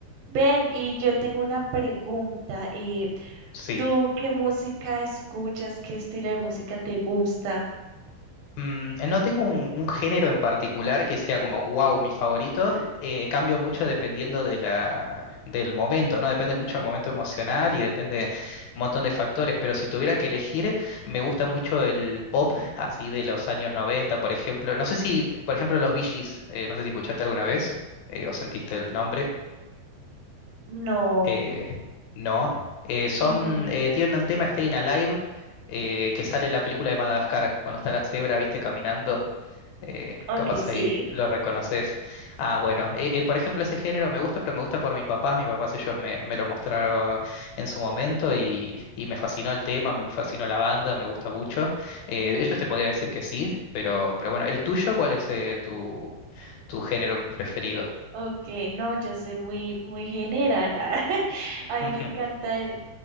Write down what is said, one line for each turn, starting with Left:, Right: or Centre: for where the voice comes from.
Right: Ven, y yo tengo una pregunta. eh,
Left: Sí.
Right: ¿tú qué música escuchas? ¿Qué estilo de música te gusta?
Left: Mm, eh, no tengo un, un género en particular que sea como, wow, mi favorito. Eh, cambio mucho dependiendo de la, del momento, ¿no? Depende mucho del momento emocional y depende un montón de factores. Pero si tuviera que elegir, me gusta mucho el pop, así de los años 90, por ejemplo. No sé si, por ejemplo, los Bee Gees, eh, no sé si escuchaste alguna vez eh, o sentiste el nombre.
Right: No,
Left: Eh, no. Eh, son,
Right: no.
Left: eh, tienen un tema, Staying Alive eh, que sale en la película de Madagascar, cuando está la cebra, viste, caminando. eh, capaz
Right: Ok, sí.
Left: ahí lo reconoces. Ah, bueno, eh, eh, por ejemplo, ese género me gusta, pero me gusta por mis papás. Mis papás ellos me, me lo mostraron en su momento y, y me fascinó el tema, me fascinó la banda, me gusta mucho. Eh, ellos te podría decir que sí, pero, pero bueno, ¿el tuyo cuál es eh, tu, tu género preferido?
Right: Ok, no, yo soy muy, muy general. ah. <laughs> A mí
Left: <laughs> Ujú.
Right: me encanta el,